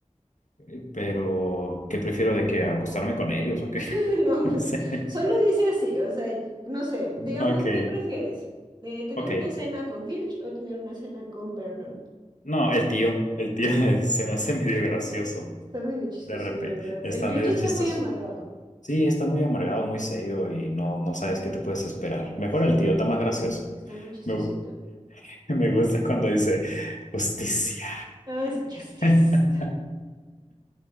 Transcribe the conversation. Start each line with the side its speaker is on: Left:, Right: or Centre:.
Left: Eh, Pero, ¿qué prefiero de que acostarme con ellos o qué?
Right: <laughs>
Left: <laughs>
Right: No,
Left: No sé.
Right: solo dice así, o sea, no sé, digamos,
Left: Ok,
Right: ¿qué prefieres? Eh, ¿tener
Left: ok.
Right: una cena con Filch o tener una cena con Vernon?
Left: No, el tío, el tío <laughs> se me hace medio gracioso.
Right: Está medio chistosillo,
Left: De repente,
Right: ¿verdad?
Left: está
Right: El Filch
Left: medio
Right: está
Left: chistoso.
Right: muy amargado.
Left: Sí, está muy amargado, muy serio y no, no sabes qué te puedes esperar. Mejor
Right: Sí,
Left: el tío, está más gracioso.
Right: eh, está muy chistosito.
Left: Me, gu- <laughs> me gusta cuando dice justicia.
Right: Ah, sí, justice.
Left: <laughs>